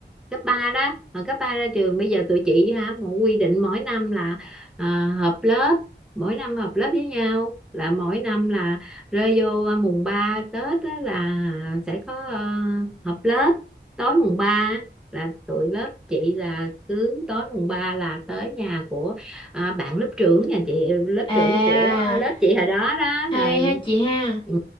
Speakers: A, in the centre; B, on the left.
A: cấp 3 đó hồi cấp 3 ra trường bây giờ tụi chị hả một quy định mỗi năm là ờ, họp lớp mỗi năm họp lớp với nhau là mỗi năm là rơi vô ờ, mùng 3 Tết á, là sẽ có ờ, họp lớp tối mùng ba là tụi lớp chị là cứ tối mùng 3 là tới nhà của à, bạn lớp trưởng nhà chị lớp
B: à
A: trưởng của lớp chị hồi đó đó
B: hay
A: rồi
B: ha chị ha
A: ừ.